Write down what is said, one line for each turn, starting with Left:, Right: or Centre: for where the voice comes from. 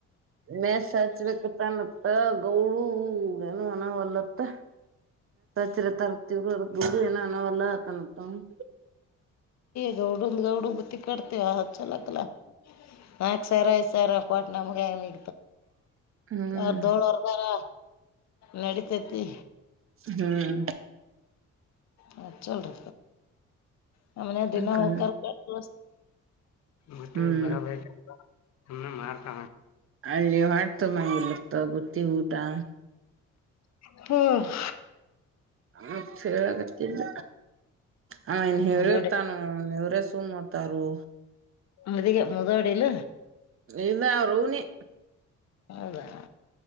Right: ಮೇ ಹಚ್ಬೇಕತ್ತ ಮತ್ತ ಗೌಡು ಏನು ಅನವಲ್ಲತ್ತ ಚರೆ ತರತಿ ಇವ್ರು ಅ ದುಂಡು ಏನು ಅನವಲ್ಲತ್ತನ ಅತ್ತಾನ ಅವನು
Left: ಗೌಡಂದ ಗೌಡ ಬುತ್ತಿ ಕಟ್ಟತಿವಿ ಹಚಲಕ್ಲ ನಾಕ ಸಾವಿರ ಐದ ಸಾವಿರ ಕೊಟ್ಟ ನಮ್ಗೆ ಹೆ
Right: ಹ್ಮ್
Left: ಅರ್ಧೋಳವರ್ಗಾರ ನಡಿತೈತಿ
Right: ಹ್ಮ್
Left: ಅ ಹಚಲ್ರಿ ನಮನ ದಿನ
Right: ಕಣ
Left: ಹೋಗಕಾರ <unintelligible> ಮತ್ತೆ
Right: ಹ್ಮ್
Left: ಬರಬರ ಅ ಮಾಡತಾನ
Right: ಅಲ್ಲಿ ಹೊಟ್ಟಿ ತುಂಬಂಗಿಲ್ಲತ ಬಟ್ಟಿ ಊಟಾ
Left: ಹ್ಮ್
Right: ಆ ಚ ಆಗತ್ತಿಲ್ಲ ಅವಾ ಎನ ಹೆಳಿರಿ
Left: ಮುದೋಡಿ
Right: ತನೋ ಇವ್ರೇ ಸುಮ್ ಅತ್ತಾರೋ
Left: ಮದಗ ಮುದೋಡಿ ಇಲ್ಲ
Right: ಇಲ್ಲಾ ಅವರ ಆವ ನೇ
Left: ಹೌದಾ